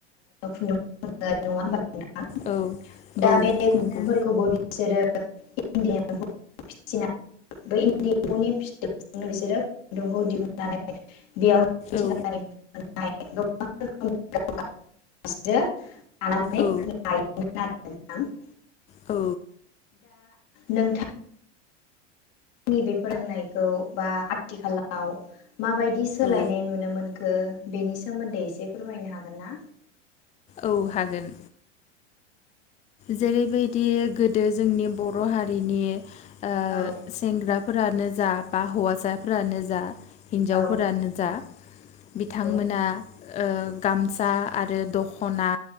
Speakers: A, on the left; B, on the left.
A: खुन्दुं नङा होमबा।
B: औ
A: दा
B: औ
A: बे खुन्दुंफोरखौबो
B: नंगौ
A: बिसोरो इदि एम्फौ फिनानै बै इन्दि एम्फौनि फिथोबजों बिसोरो खुदुंखौ दिहुननानै बेयाव <unintelligible>
B: औ औ
A: <unintelligible> <unintelligible> <unintelligible>
B: औ
A: नोंथां आंनि बे फोरोंनायखौ बा आथिखालाव माबायदि सोलायनाय
B: औ
A: नुनो मोनखो? बेनि सोमोन्दै एसे फोरमायनो हागोन ना?
B: औ हागोन। जेरैबायदि गोदो जोंनि बर' हारिनि ओ
A: औ
B: सेंग्रा फोरानो जा बा हौवासाफोरानो जा हिन्जावफोरानो
A: औ
B: जा
A: नंगौ
B: बिथांमोना ओ गामसा आरो दखना